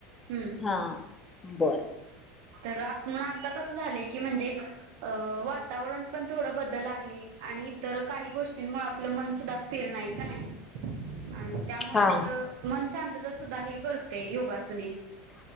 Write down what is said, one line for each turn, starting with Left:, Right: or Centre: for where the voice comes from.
Right: हम्म
Left: हां बर.
Right: तर आप आता कसं झालंय की की म्हणजे वातावरण पण थोडं बदल आहे आणि इतर काही गोष्टींमुळे आपलं मन सुद्धा स्थिर नाही का नाहीं. आन त्यामुळे
Left: हा
Right: आपलं मन शांतता सुद्धा हे करत ते योगासने